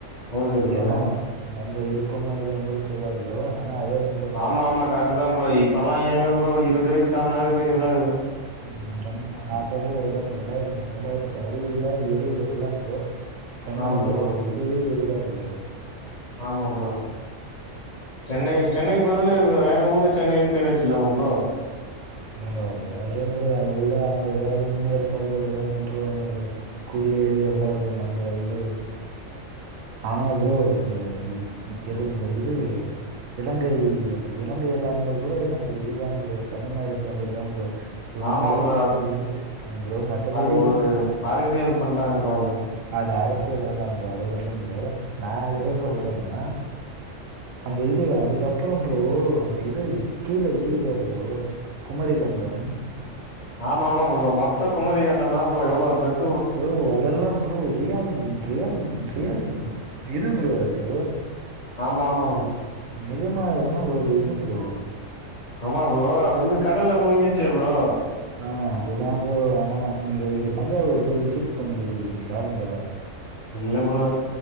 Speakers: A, on the left (about 40°); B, on the right (about 75°).
A: ஓகே ப்ரோ
B: ஏனா நம்ம இருப்பமா இல்லியான் கூட தெரியாது ஃப்ரோ ஆனா அத வெச்
A: ஆமா ஆமா கரட்டு தா ஃப்ரோ இப்பலா எங்க ஃப்ரோ இருவ்துயசு தான்ட்னாவே பெருசாகுது
B: ம் ரெ நா சொல்றது ரெண்டாயிர ரெண்டாயிரத்தி அறுவதுல எழுபதுலலா வரு சென்னைங்கிற
A: ஆ ப்ரோ
B: ஒரு இதுவே இருக்காது ஃப்ரோ
A: ஆமா ஃப்ரோ சென்னை சென்னை பதிலு வேற ஊரு சென்னைன்னு பேர் வச்சர்லாமா ஃப்ரோ
B: ஃப்ரோ அது வந்து ஃப்ரோ அதுக்குள்ள அவுங்க ஏதாவது முன்னேற்பாடுகள் ஏதாவ்து பண்றுவாங்க ஃப்ரோ குடியேறி எல்லா இது நம்ப இது ஆனா ஃப்ரோ இந்த இதுங் ப்ரோ இது இலங்கை இந் இலங்கை எல்லாமே கூட நம்ம இதுதா ஃப்ரோ தமிழ்நாடு சேந்தத்தா ஃப்ரோ இவுங்களாவே
A: ஆமா ப்ரோ
B: அது இது பண்ட்டாங் ஃப்ரோ மத்தபடி
A: அது ஒரு அரசியல் பண்ட்டாங்க ப்ரோ அதுல
B: அது அரசியல் வேண்டா ஃப்ரோ அத வுட்றுங் ஃப்ரோ நா எத சொல்றன்னா
A: ஆமா
B: அந்த இது அதுக்கப்பற ஃப்ரோ அந்த இது கீழ இருக்குதா ஃப்ரோ குமரிகண்டம்
A: ஆமா ஆமா ஃப்ரோ மொத்த குமாரிகண்டந்தா ஃப்ரோ எவ்ளோ பெருச்
B: ஃப்ரோ அதெல்லா ப்ரோ ரியல் ரியல் ரியல் இது ஃப்ரோ அது
A: ஆமாமா
B: நிஜமா அதுனா ஒரு இது ஃப்ரோ
A: ஆமா ஃப்ரோ அது வந்து கடல்ல முழ்ங்கிச்சே ஃப்ரோ
B: ஆ அதுதா ஃப்ரோ ஆனா நீங்க இந்த தஞ்சாவூர் போய் விசிட் பண்ணிக்கிறிங்ளா இந்த
A: இல்ல ஃப்ரோ